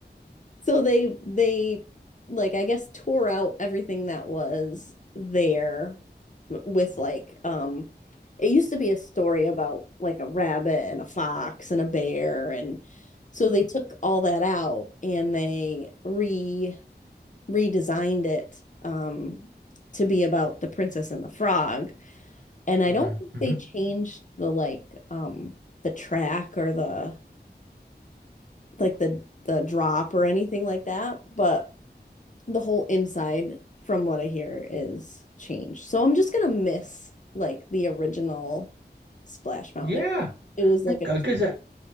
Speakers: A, on the left; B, on the right.
A: So they they like I guess tore out everything that was there with like um it used to be a story about like a rabbit and a fox and a bear and so they took all that out and they re redesigned it um to be about the princess and the frog. And I
B: Mhm.
A: don't think
B: Mhm.
A: they changed the like um the track or the like the the drop or anything like that, but the whole inside, from what I hear, is changed. So I'm just gonna miss like the original Splash Mountain.
B: Yeah,
A: It, was like
B: because
A: a